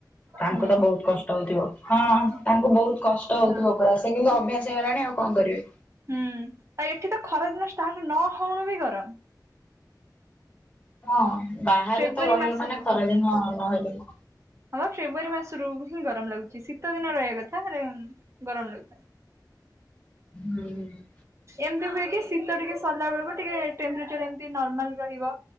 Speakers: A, on the left; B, on the right.
A: ତାଙ୍କୁ
B: ହୁଁ
A: ତ ବହୁତ କଷ୍ଟ ହଉଥିବ ହଁ
B: ହୁଁ
A: ତାଙ୍କୁ ବହୁତ କଷ୍ଟ ହଉଥିବ
B: ହଁ
A: ପୁରା ସେ। ସେ କିନ୍ତୁ ଅଭ୍ୟାସ ହେଇଗଲାଣି ଆଉ କଣ କରିବେ।
B: ହୁଁ ଆଉ ଏଠି ତ ଖରାଦିନ ଷ୍ଟାର୍ଟ ନ ହଉଣୁ ବି ଗରମ।
A: ହଁ ବାହାରେ
B: ଫେବୃଆରୀ
A: ତ ରହିବ
B: ମାସରୁ
A: ମାନେ ଖରାଦିନ ନହେଲେ ବି।
B: ହଁବା ଫେବୃଆରୀ ମାସରୁ ହିଁ ଗରମ ଲାଗୁଛି ଶୀତ ଦିନ ରହିବା କଥା ହେଲେ ଗରମ ଲାଗୁଥାଏ।
A: ହୁଁ।
B: ଏମିତି ହୁଏ କି ଶୀତ ଟିକେ ସରିଲା ବେଳୁକୁ ଟିକେ ଟେମ୍ପେଚର ଏମତି ନର୍ମାଲ ରହିବ।